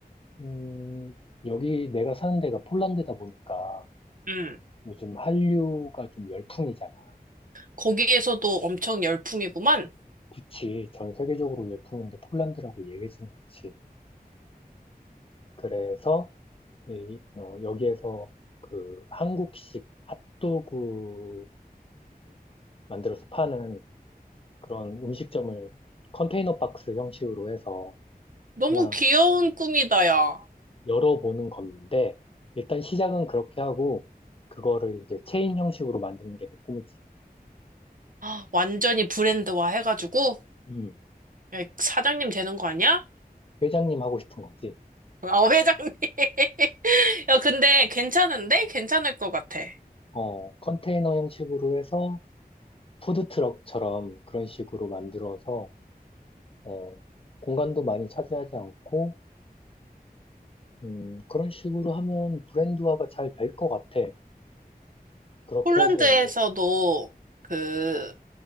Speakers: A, on the left (about 35°); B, on the right (about 55°).
A: 음, 여기 내가 사는 데가 폴란드다 보니까
B: 응.
A: 요즘 한류가 좀 열풍이잖아.
B: 거기에서도 엄청 열풍이구만.
A: 그치. 전 세계적으로 열풍인데 폴란드라고 예외지는 않지. 그래서, 이, 어, 여기에서 그 한국식 핫도그를 만들어서 파는 그런 음식점을 컨테이너 박스 형식으로 해서
B: 너무
A: 하나
B: 귀여운 꿈이다, 야. <gasps>
A: 열어보는 건데, 일단 시작은 그렇게 하고, 그거를 이제 체인 형식으로 만드는 게 내 꿈이지.
B: 아, 완전히 브랜드화 해가지고
A: 음,
B: 야, 사장님 되는 거 아니야?
A: 회장님 하고 싶은 거지.
B: 아, 회장님. <laughs> 야, 근데 괜찮은데? 괜찮을 것 같아.
A: 어, 컨테이너 형식으로 해서 푸드트럭처럼 그런 식으로 만들어서, 어, 공간도 많이 차지하지 않고, 음, 그런 식으로 하면 브랜드화가 잘 될 것 같아. 그렇게
B: 폴란드에서도
A: 해서 이제,
B: 그